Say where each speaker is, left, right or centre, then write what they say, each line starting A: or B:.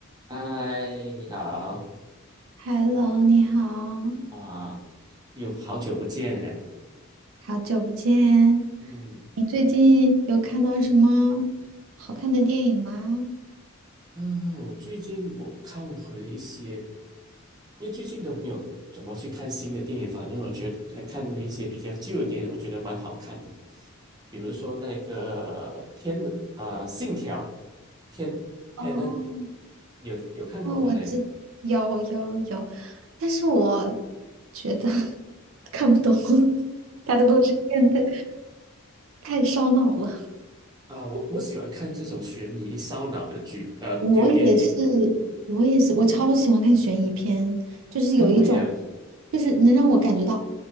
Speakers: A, on the right; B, on the right.
A: 嗨，你好
B: Hello，你好，
A: 啊，又好久不见哎。
B: 好久不见。
A: 嗯
B: 你最近有看到什么好看的电影吗？
A: 嗯，我最近我看回一些，因为最近都没有怎么去看新的电影，反正我觉得还看过一些比较旧的电影，我觉得蛮好看的。比如说那个《天》的啊，信条》《天天
B: 哦，
A: e 有有看过吗？
B: 哦，我知有有有，
A: 那个
B: 但是我觉得 <laughs> 看不懂，<laughs> 他的故事线太太烧脑了。
A: 啊，我我喜欢看这种悬疑烧脑的剧，呃，
B: 我也是，
A: 就电影，
B: 我也是，我超喜欢看悬疑片，就是有一种，
A: 跟我一样。
B: 就是能让我感觉到